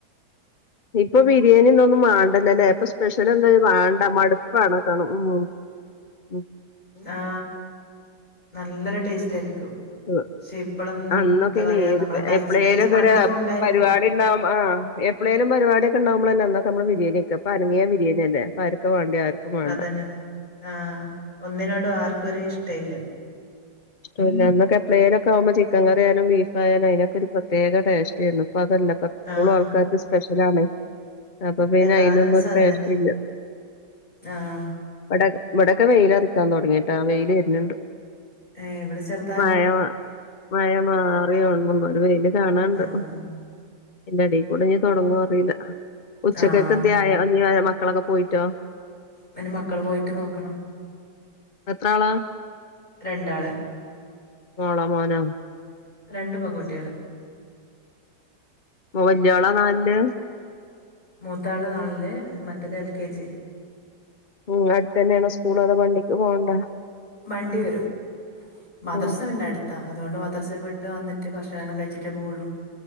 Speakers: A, on the left (about 50°); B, on the left (about 25°).
A: ഇപ്പൊ ബിരിയാണിന്ന ഒന്നും വണ്ടല്ലല്ലേ ഇപ്പൊ സ്പെഷ്യൽ എന്തായും വേണ്ട മടുപ്പാണ കാണണം ഉ ഉ
B: ആ നല്ലൊരു ടേസ്റ്റ് ആയിരിക്കും
A: ആ
B: പക്ഷെ ഇപ്പളൊന്നും
A: അന്നൊക്കെന
B: എന്താ പറയാ
A: ഏത്
B: നമ്മള് കഴിച്ച്
A: എപ്പഴേലൊക്കെ
B: കഴിച്ച് മടുത്തത്
A: ഒ
B: കൊണ്ടായിരിക്കും
A: പരിപാടി ഉണ്ടാവകും ആ എപ്പഴ പരിപാടിൊെണ്ടക്പളല്ല അന്ന് നമ്മ ബിരിയാണ ഒക്ക അരങ്ങിയ ബിരിയാി അല്ല ക്കെ വേണ്ടി ആർക്കും വേണ്ട
B: അതന്നെ ആഹ്. ഒന്നിനോടും ആർക്കും ഒരു ഇഷ്ടയില്ല.
A: ഇഷ്ടല്ല എന്നൊക്കെ പ്ലയിന ഒക്കെ ആകുമ്പോ ചിക്കൻ കറിയാലും ബീഫയയും അതിനൊക്കെ ഒരു പ്രത്യേക ടേസ്റ്റ് ആയിരുന്നു അപ്പൊ അതല്ല അപ്പ എപ്പോഴും
B: ആഹ്
A: ആൾക്കാർക്ക് സ്പെഷ്യല ആണ് അപ്പൊ
B: ഇപ്പ
A: പിന്നെ
B: എല്ലാ
A: അയിതിനൊന്നും
B: ദിവസവും
A: ഒരു
B: അത്
A: പ്രേഷില്ല
B: തന്നെ. ആഹ്
A: ഇവിടെ ഇവിടെൊക്കെ വെയില അറിക്കാൻ തുടങ്ങിട്ട് ആ വെയിൽ വരുന്നണ്ട്
B: ഏ ഇവിടെ ചെറു
A: മഴ മഴ മാറിയോണ മുമ്പ ഒരു വെയില് കാണാണ്ട്
B: ആഹ്
A: എന്റെ അടിൽ കൂടെ ഞൻ തുടങ്ങു അറിയില്ല ഉച്ചക്കൊക്കെ
B: ആഹ്
A: ധ്യായ മക്കളൊക്കെ പോയിട്ടോ
B: പി മക്കള് പോയിട്ട് നോക്കണോ
A: എത്ര ആളാ
B: രണ്ടാള്
A: ഓള മോനം
B: രണ്ട് പെകുട്ടികള്
A: വല്ലയാള നല്
B: മൂത്താള് നാണില് മറ്റേത് എൽ കെ ജി
A: ഉം അടുത്ത തന്നെയണോ സ്കൂള അത വണ്ടിക്ക് പോകണ്ട
B: വണ്ടി വരും മദർസം
A: ഉം
B: പിന്നെ അടുത്താ അതുകൊണ്ട് മദ്രസം വിട്ട വന്നിട്ട് ഭക്ഷണണം എല്ലാ കഴിച്ചിട്ട പോവുള്ളൂ